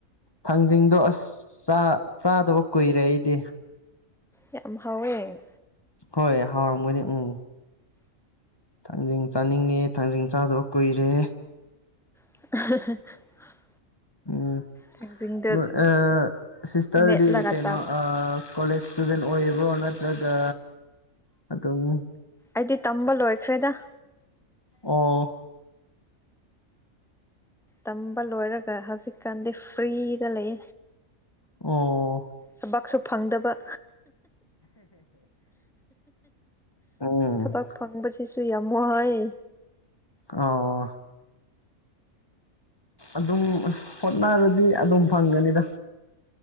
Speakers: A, on the left; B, in the centre.
A: ꯊꯥꯡꯖꯤꯡꯗꯣ ꯑꯁ ꯆ ꯆꯥꯗꯕ ꯀꯨꯏꯔꯦ ꯑꯩꯗꯤ
B: ꯌꯥꯝ ꯍꯥꯎꯋꯦ
A: ꯍꯣꯏ ꯍꯥꯎꯔꯝꯒꯅꯤ ꯎꯝ ꯊꯥꯡꯖꯤꯡ ꯆꯥꯅꯤꯡꯉꯦ ꯊꯥꯡꯖꯤꯡ ꯆꯥꯗꯕ ꯀꯨꯏꯔꯦ
B: <unintelligible>
A: ꯎꯝ
B: ꯊꯥꯡꯖꯤꯡꯗꯣ
A: ꯅꯣꯏ ꯁꯤꯁꯇꯔꯗꯤ
B: ꯃꯦꯠꯂꯒ
A: ꯀꯩꯅꯣ
B: ꯆꯥꯕꯗꯣ
A: ꯀꯣꯂꯦꯖ ꯢꯁꯇꯨꯗꯦꯟ ꯑꯣꯏꯔꯤꯕꯣ ꯅꯠꯇ꯭ꯔꯒ ꯑꯗꯨꯝ
B: ꯑꯩꯗꯤ ꯇꯝꯕ ꯂꯣꯏꯈ꯭ꯔꯦꯗ
A: ꯑꯣ
B: ꯇꯝꯕ ꯂꯣꯏꯔꯒ ꯍꯧꯖꯤꯛꯀꯥꯟꯗꯤ ꯐ꯭ꯔꯤꯗ ꯂꯩ
A: ꯑꯣ
B: ꯊꯕꯛꯁꯨ ꯐꯪꯗꯕ
A: ꯎꯝ
B: ꯊꯕꯛ ꯐꯪꯕꯁꯤꯁꯨ ꯌꯥꯝ ꯋꯥꯥꯢ
A: ꯑꯣ ꯑꯗꯨꯝ ꯍꯣꯠꯅꯔꯗꯤ ꯑꯗꯨꯝ ꯐꯪꯒꯅꯤꯗ